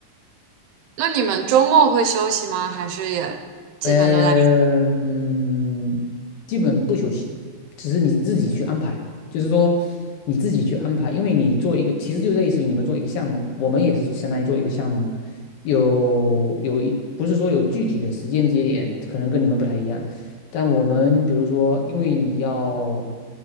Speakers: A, on the right; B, on the left.
A: 那你们周末会休息吗？还是也基本都在？
B: 呃，嗯基本不休息，只是你自己去安排，就是说你自己去安排，因为你做一个，其实就类似于你们做一个项目，我们也是相当于做一个项目，有有一不是说有具体的时间节点，可能跟你们不太一样，但我们比如说，因为你要